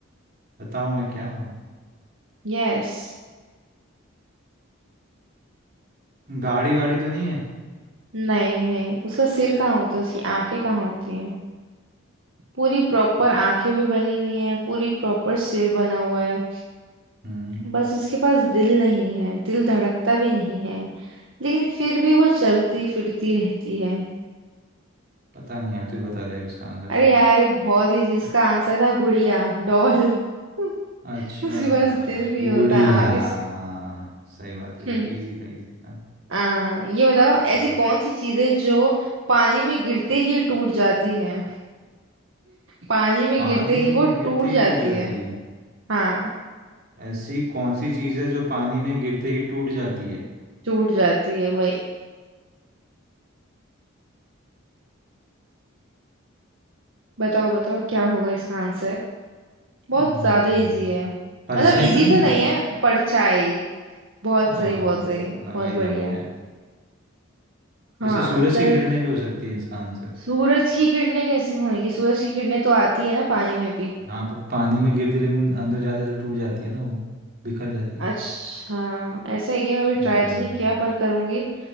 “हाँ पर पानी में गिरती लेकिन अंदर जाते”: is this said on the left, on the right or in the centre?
Right